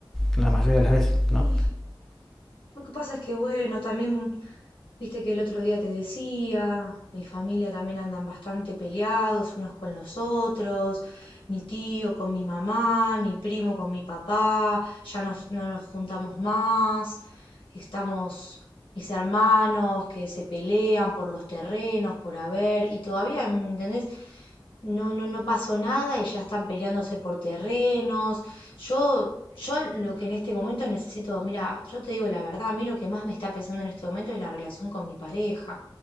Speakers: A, in the centre; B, on the left.
A: la mayoría de las veces, ¿no?
B: Y lo que pasa es que, bueno, también Viste que el otro día te decía, mi familia también andan bastante peleados unos con los otros, mi tío con mi mamá, mi primo con mi papá, ya nos- no nos juntamos más, estamos mis hermanos que se pelean por los terrenos, por haber, y todavía, ¿entendés? No, no, no pasó nada y ya están peleándose por terrenos. Yo, yo lo que en este momento necesito, mira, yo te digo la verdad, a mí lo que más me está pesando en este momento es la relación con mi pareja.